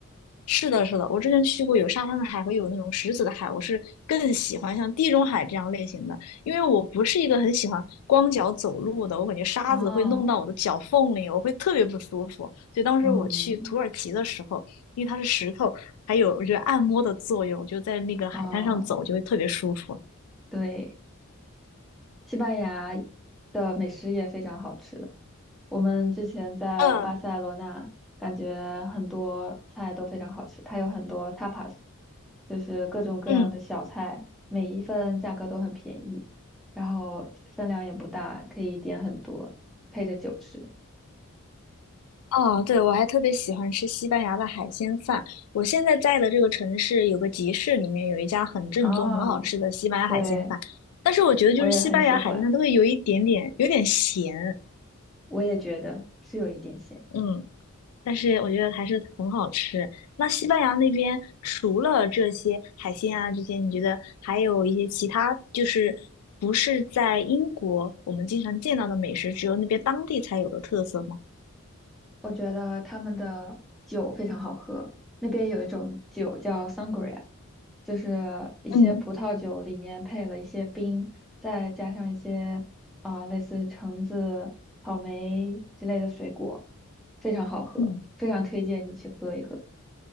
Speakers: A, on the left; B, in the centre.
A: 是的，是的，我之前去过有沙滩的海和有那种石子的海，我是更喜欢像地中海这样类型的。因为我不是一个很喜欢光脚走路的，我感觉沙子会弄到我的脚缝里，
B: 哦，
A: 我会特别不舒服。所以当时我去土耳其的时候，
B: 嗯，
A: 因为它是石头，还有我觉得按摩的作用，就在那个海滩上走就会特别舒服。
B: 哦，对，西班牙的美食也非常好吃。我们之前在巴塞罗那，
A: 嗯
B: 感觉很多菜都非常好吃，它有很多 tapas，就是各种各样的小菜，
A: 嗯，
B: 每一份价格都很便宜，然后分量也不大，可以点很多，配着酒吃。
A: 哦，对，我还特别喜欢吃西班牙的海鲜饭。我现在在的这个城市有个集市，里面有一家很正宗、
B: 啊，
A: 很好吃的西班牙海鲜饭。
B: 对，
A: 但是我觉得就是西班牙海鲜饭都会有一点点有点咸，
B: 我也很喜欢，我也觉得是有一点咸。
A: 嗯但是我觉得还是很好吃。那西班牙那边除了这些海鲜啊，这些你觉得还有一些其他，就是不是在英国我们经常见到的美食，只有那边当地才有的特色吗？
B: 我觉得他们的酒非常好喝，那边有一种酒叫 sangria，就是一些葡萄酒里面配了一些冰，
A: 嗯。
B: 再加上一些啊、类似橙子、草莓之类的水果，非常好喝，
A: 嗯
B: 非常推荐你去喝一喝。